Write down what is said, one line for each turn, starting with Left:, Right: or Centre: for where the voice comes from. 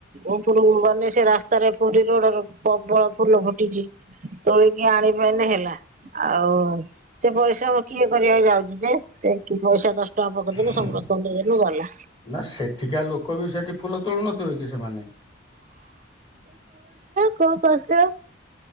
Right: ଉପରକୁ ଗନେ ସେ ରାସ୍ତାରେ ପୁରୀ ରୋଡର ପ୍ରବଳ ଫୁଲ ଫୁଟିଛି ତୋଳିକି ଆଣିପାଇଁନେ ହେଲା ଆଉ ଏତେ ପରିଶ୍ରମ କିଏ କିଏ ଯାଉଚି ଯେ। ପଇସା ଦଶ ଟଙ୍କା ପକେଇଦେଲୁ
Left: ହୁଁ।
Right: ସବୁରତ ନେଇ ଗଲୁ ଗଲା।
Left: ନା ସେଠିକା ଲୋକ ବି ସେଠି ଫୁଲ ତୋଳୁନଥିବେ କି ସେମାନେ?
Right: କଣ କରୁଛ?